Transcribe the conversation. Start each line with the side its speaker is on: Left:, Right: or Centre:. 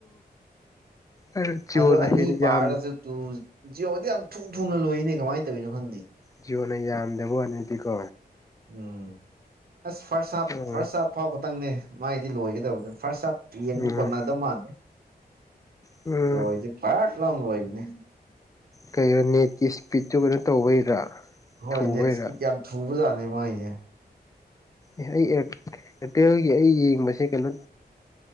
Left: ꯑꯝ ꯖꯤꯌꯣꯅ
Right: ꯑꯗꯣ ꯑꯅꯤ
Left: ꯍꯦꯟꯅ
Right: ꯄꯥꯔꯒꯁꯨ
Left: ꯌꯥꯝ
Right: ꯇꯨ ꯖꯤꯑꯣꯗꯤ ꯌꯥꯝ ꯊꯨ ꯊꯨꯅ ꯂꯣꯏꯅꯦ ꯀꯃꯥꯏꯅ ꯇꯧꯔꯤꯅꯣ ꯈꯪꯗꯦ
Left: ꯖꯤꯑꯣꯅ ꯌꯥꯝꯗꯦꯕꯅꯗꯤꯀꯣ
Right: ꯎꯝ ꯑꯁ ꯐꯥꯔꯁꯠ ꯍꯥꯞ
Left: ꯎꯝ
Right: ꯐꯥꯔꯁꯠ ꯍꯥꯞ ꯐꯥꯎꯕ ꯇꯪꯅꯦ ꯃꯥꯏꯗꯤ ꯂꯣꯏꯒꯗꯕꯗꯨ ꯐꯥꯔꯁꯠ ꯍꯥꯞ ꯌꯦꯟꯕ
Left: ꯎꯝ
Right: ꯀꯣꯟꯅꯗꯕ ꯃꯥꯟꯗꯦ
Left: ꯎꯝ
Right: ꯖꯣꯏꯗꯤ ꯄꯔ ꯂꯥꯎꯅ ꯂꯣꯏꯕꯅꯦ
Left: ꯀꯩꯅꯣ ꯅꯦꯠꯀꯤ ꯁꯄꯤꯠꯇꯨ ꯀꯩꯅꯣ ꯇꯧꯕꯩꯔꯥ
Right: ꯍꯣꯏ
Left: ꯊꯨꯕꯩꯔꯥ
Right: ꯅꯦꯠ ꯁꯄꯤꯠ ꯌꯥꯝ ꯊꯨꯕꯖꯥꯠꯅꯦ ꯃꯥꯒꯤꯁꯦ
Left: ꯑꯦ ꯑꯩ ꯑꯦꯔꯇꯦꯜꯒꯤ ꯑꯩ ꯌꯦꯡꯕꯁꯦ ꯀꯩꯅꯣ